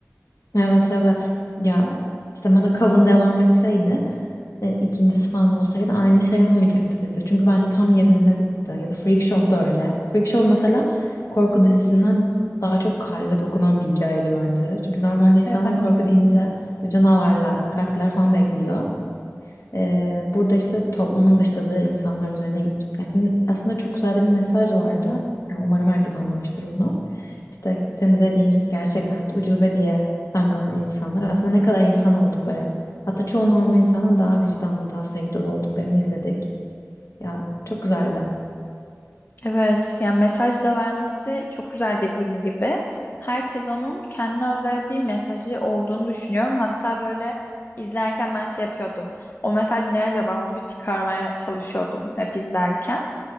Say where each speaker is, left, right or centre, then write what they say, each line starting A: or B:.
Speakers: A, on the left; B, on the left.
A: Evet evet. Ya işte mesela Kav'ın devam etseydi, e, ikincisi falan olsaydı aynı şey olmayacaktı bizde. Çünkü bence tam yerinde bitti. Ya da Freak Show da öyle. Freak Show mesela korku dizisinden daha çok kalbe dokunan bir hikayeydi bence. Çünkü normalde insanlar
B: Evet,
A: korku deyince böyle canavarlar, katiller falan bekliyor. Ee, burada işte toplumun dışladığı insanlar üzerine gitmiş. Yani in- aslında çok güzel de bir mesaj vardı. Yani umarım herkes anlamıştır bunu. İşte senin de dediğin gibi gerçek hayat ucube diye damgalanan insanlar aslında ne kadar insan oldukları. Hatta çoğu normal insanın daha vicdanlı, daha sevgi dolu olduklarını izledik. Ya çok güzeldi.
B: evet. Yani mesaj da vermesi çok güzel dediğin gibi. Her sezonun kendine özel bir mesajı olduğunu düşünüyorum. Hatta böyle izlerken ben şey yapıyordum. O mesaj ne acaba? Onu bir çıkarmaya çalışıyordum hep izlerken.